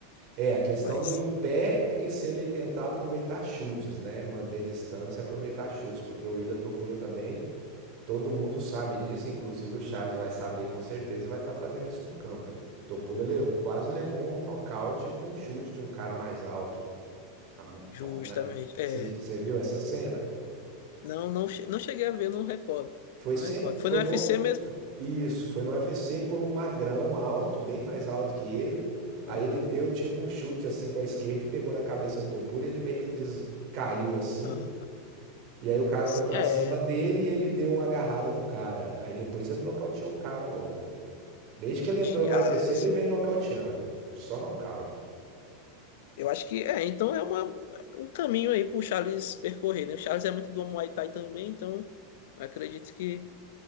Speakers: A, on the right; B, on the left.
A: É, a questão
B: Mas,
A: do em pé é que se ele tentar aproveitar chutes, né? Manter distância e aproveitar chutes, porque o Ilha Topura também, todo mundo sabe disso, inclusive o Charles vai saber com certeza e vai estar fazendo isso no camp. Topura levou- quase levou um nocaute com um chute de um cara mais alto. a- a-
B: justamente,
A: na-
B: é.
A: Você você viu essa cena?
B: Não, não, che- não cheguei a ver, não recordo.
A: Foi
B: Não
A: sempre,
B: recordo.
A: foi
B: Foi no UFC
A: no,
B: mesmo?
A: fo- isso, foi no UFC por um magrão alto, bem mais alto que ele. Aí
B: Hum,
A: ele deu tipo um chute assim com a esquerda e pegou na cabeça do Topuria, ele meio que des- caiu assim.
B: ah,
A: E aí o cara
B: sim,
A: foi pra
B: é,
A: cima dele e ele deu uma agarrada no cara. Aí depois ele nocauteou o cara logo. Desde
B: entendi.
A: que ele entrou no
B: Ah,
A: UFC, ele
B: sim.
A: vem nocauteando. Só nocaute.
B: Eu acho que é, então é uma, um caminho aí pro Charles percorrer, né? O Charles é muito do Muay Thai também, então eu acredito que.